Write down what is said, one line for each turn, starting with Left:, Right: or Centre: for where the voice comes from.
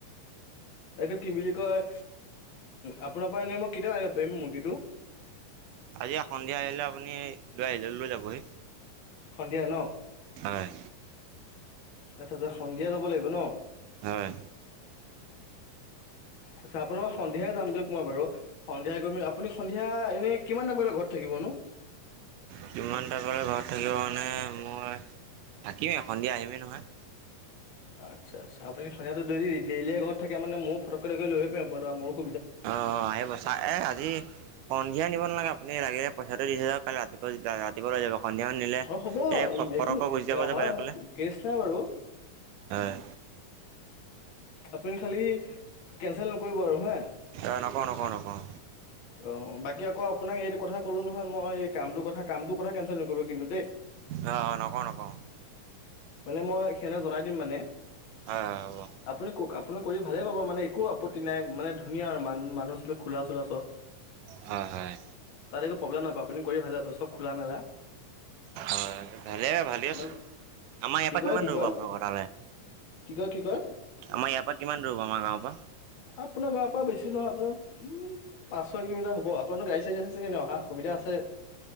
Left: এইটো কি বুলি কয় আপোনাৰ পৰা এনেই মই কেতিয়া আনিব পাৰিম মুৰ্গীটো
Right: আজি সন্ধিয়া আহিলে আপুনি লৈ আহিলে লৈ যাবহি
Left: সন্ধিয়া ন
Right: হয়
Left: এ সন্ধিয়া যাব লাগিব ন
Right: হয়
Left: আচ্ছা আপোনাৰ সন্ধিয়াই যাম দিয়ক মই বাৰু সন্ধিয়া গৈ আপুনি সন্ধিয়া এনে কিমান টাইম এনে ঘৰত থাকিব নো
Right: কিমান টাইমলৈ ঘৰত থাকিবা মানে মই থাকিমেই সন্ধিয়া আহিমেই নহয়
Left: আচ্ছা আচ্ছা আপুনিটো ডেৰিলৈকে ঘৰত থাকে মানে মোৰ ফটকৈ গৈ লৈ আহ পিচে মোক
Right: অ আহ বছা এ আজি সন্ধিয়া নিব নালাগে আপুনি লাগিলে পইচাটো দি থৈ যাওঁক ৰাতিপুৱা ৰাতিপুৱা যাব সন্ধিয়া মানে নিলে
Left: অ হ'ব
Right: এই ফটককৈ
Left: একো
Right: গুচি যাব
Left: নহয়
Right: যে বেলেগলে
Left: কেচ নাই বাৰু
Right: হয়
Left: আপুনি খালি কেনচেল নকৰিব আৰু হা
Right: অ নকৰো নকৰোঁ নকৰো
Left: অ বাকী আকৌ আপোনাক এইটো কথা ক'লো নহয় মই এই কামটো কথা কামটোৰ কথা কেনচেল নকৰিব কিন্তু দেই
Right: অ নকওঁ নকওঁ
Left: মানে মই সিহঁতক জনাই দিম মানে
Right: হয় হয় হব
Left: আপুনি কওক আপুনি কৰি ভালেই পাব মানে একো আপত্তি নাই মানে ধুনীয়া আৰু মান মানুহ খোলা চোলা চব
Right: হয় হয়
Left: তাত একো প্ৰব্লেম নাপায় আপুনি কৰি ভালে পাব চব খোলা মেলা
Right: অ ভালে ভালেই আছোঁ
Left: মানে
Right: আমাৰ ইয়াৰ
Left: কি
Right: পৰা
Left: কয়
Right: কিমান
Left: কি
Right: দৌৰিব
Left: কয়
Right: আপোনালোকৰ তালে
Left: কি কয়, কি কয়?
Right: আমাৰ ইয়াৰ পৰা কিমান দূৰ, আমাৰ গাঁৱৰ পৰা?
Left: অ আপোনাৰ পৰা বেছি নহয় পাঁছ ছয় কিলমটাৰ হ'ব আপোনাৰো গাড়ী-চাঢ়ী আছে চাগে ন' সুবিধা আছে?